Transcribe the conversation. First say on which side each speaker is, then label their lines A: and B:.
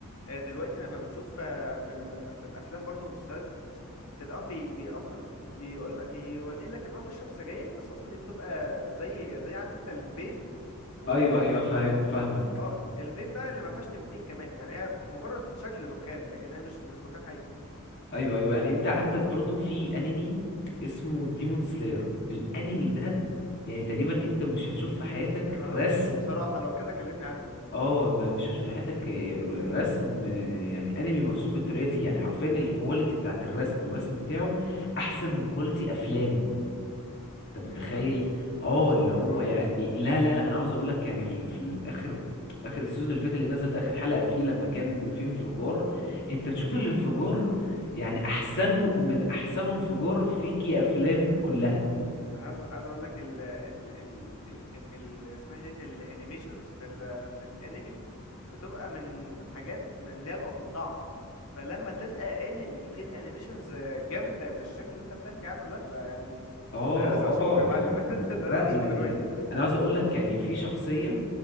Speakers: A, on the left; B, on the left.
A: آه، دلوقتي لما بتشوف آه، في ال- في الافلام برضو والمسلسلات تلقاهم بي, بي اصلا بيقول لك بيوري لك ان هو بيشرب سجاير بس اصلا دي بتبقى زي زي عارف انت الفيب و
B: ايوه ايوه فاهم فاهمك
A: اه الفيب بقى اللي ما فيهاش نيكوتين كمان يعني هي مجرد شكل دخان لكن هي مش مش دخان حقيقي
B: ايوه ايوه يعني انت عندك برضو في انمي اسمه ديمون سلاير الانمي
A: امم
B: ده يعني تقريبا انت مش هتشوف في حياتك
A: انا
B: رسم
A: ما شفتوش بصراحة لو كده كلمني عنه يعني
B: اه ما- مش هتشوف في حياتك آه، رسم آه، يعني انمي مرسوم بالطريقه دي يعني حرفيا الكواليتي بتاعت الرسم والرسم بتاعه احسن من كواليتي افلام انت
A: يا
B: متخيل
A: جدع
B: اه
A: مش مش
B: اللي
A: الدرجة
B: هو يعني
A: دي يعني
B: لا لا لا انا عاوز اقول لك يعني في ال- في الاخر اخر السيزون اللي فات اللي نزل ده اخر حلقة فيه لما كان في انفجار انت تشوف
A: مم.
B: الانفجار يعني احسن من احسن انفجار فيكي افلام كلها
A: عايز عايز اقول لك ال ال ال ال ال اسمها ديت الانيميشنز في ال في الانمي بتبقى من الحاجات من اللي هي نقطة ضعف فلما تلقى انمي فيه الانيميشنز جامدة بالشكل اللي انت بتحكي عنه ده فيعني
B: اه
A: ده لازم اشوفه
B: اه
A: يا معلم
B: يعني
A: <laughs> ده
B: لا
A: لازم اشوفه
B: يعني
A: دلوقتي
B: انا عاوز اقول لك يعني في شخصية